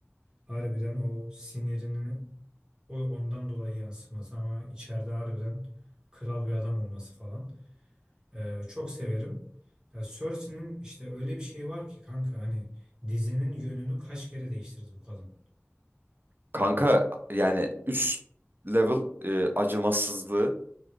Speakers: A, on the right; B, on the right.
A: Harbiden o sinirinin o ondan dolayı yansıması ama içeride harbiden kral bir adam olması falan. Ee, çok severim. Ya Cersei'nin işte öyle bir şeyi var ki kanka hani dizinin yönünü kaç kere değiştirdi bu kadın.
B: Kanka
A: Yani
B: yani üst level e, acımasızlığı